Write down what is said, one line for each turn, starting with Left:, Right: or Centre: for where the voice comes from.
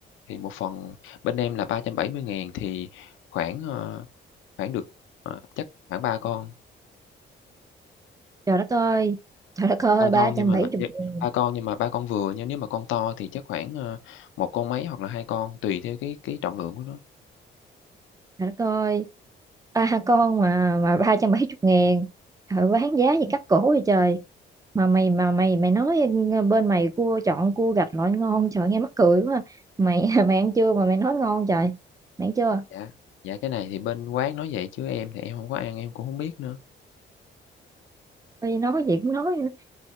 Left: Thì một phần bên em là ba trăm bảy mươi ngàn thì khoảng, ờ, khoảng được, ờ, chắc khoảng 3 con.
Right: trời đất ơi trời đất ơi
Left: Ba
Right: ba
Left: con nhưng
Right: trăm
Left: mà
Right: bảy
Left: vậy
Right: ngàn
Left: ba con nhưng mà ba con vừa nha, nếu mà con to thì chắc khoảng, ờ, 1 con mấy hoặc là 2 con, tùy theo cái cái trọng lượng của nó.
Right: Trời đất ơi, ba con mà mà ba trăm bảy chục ngàn trời bán giá gì cắt cổ vậy trời mà mày mà mày mày nói bên mày cua chọn cua gạch loại ngon trời nghe mắc cười quá mày <laughs> mày ăn chưa mà mày nói ngon trời mày ăn chưa
Left: Dạ, dạ, cái này thì bên quán nói vậy chứ em thì em hông có ăn, em cũng hông biết nữa.
Right: Ôi, nói gì cũng nói nữa.